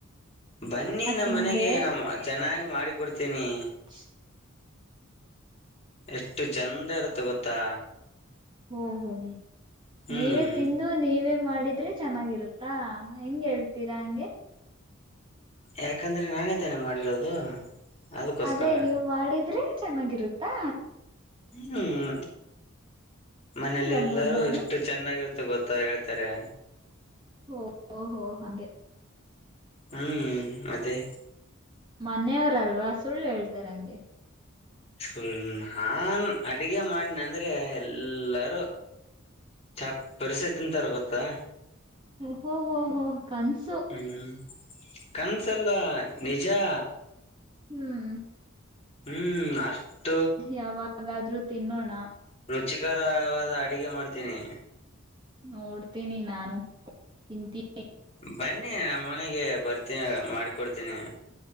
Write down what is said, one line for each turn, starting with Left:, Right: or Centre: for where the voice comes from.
Left: ಬನ್ನಿ ನಮ್ಮ
Right: ತಿಂದೆ
Left: ಮನೆಗೆ ನಾ ಚೆನ್ನಾಗಿ ಮಾಡಿ ಕೊಡ್ತೀನಿ.
Right: <inaudible>
Left: ಎಷ್ಟು ಚೆಂದ ಇರುತ್ತೆ ಗೊತ್ತಾ
Right: ಓ ಹೂ ಹೂ
Left: ಹ್ಮ್
Right: ನೀವೇ ತಿಂದ ನೀವೇ ಮಾಡಿದ್ರೆ ಚೆನ್ನಾಗಿರುತ್ತಾ ಹೆಂಗೆ ಹೇಳ್ತೀರಾ ಹಂಗೆ
Left: ಯಾಕಂದ್ರೆ ನಾನೇ ತಾನೆ ಮಾಡಿರೋದು ಅದಕ್ಕೋಸ್ಕರ
Right: ಅದೇ ನೀವು ಮಾಡಿದ್ರೆ ಚೆನ್ನಾಗಿರುತ್ತಾ
Left: ಹ್ಮ್ ಮನೇಲಿ
Right: ಹೆಂಗ್ ನಂಬೋದ್
Left: ಎಲ್ಲಾರೂ
Right: ನಾನು
Left: ಎಷ್ಟ ಚೆನ್ನಾಗಿರ್ತ ಗೊತ್ತಾ ಹೇಳ್ತಾರೆ
Right: ಓ ಹೊಓ ಹೊ ಹಾಂಗೆ
Left: ಹ್ಮ್ ಅದೇ
Right: ಮನೆಯವರಲ್ವಾ ಸುಳ್ಳು ಹೇಳ್ತಾರ ಹಂಗೆ.
Left: ತು ನಾನ್ ಅಡಗೆ ಮಾಡಿನಂದ್ರೆ ಎಲ್ಲಾರೂ ಚಪ್ಪರಸಿ ತಿಂತಾರ್ ಗೊತ್ತಾ
Right: ಹೊ ಹೊ ಹೊ ಕನಸು
Left: ಹ್ಮ್ ಕನಸಲ್ಲಾ ನಿಜಾ
Right: ಹ್ಮ್ಂ
Left: ಹ್ಮ್ಂ ಅಷ್ಟ
Right: ಯಾವಾಗಾದ್ರೂ ತಿನ್ನೋಣ
Left: ರುಚಿಕರವಾದ ಅಡಗೆ ಮಾಡ್ತೀನಿ
Right: ನೋಡ್ತೀನಿ ನಾನು ತಿಂತಿನಿ
Left: ಬನ್ನಿ ನಮ್ಮ ಮನೆಗೆ ಬರ್ತೀ ಮಾಡಿಕೊಡ್ತೀನಿ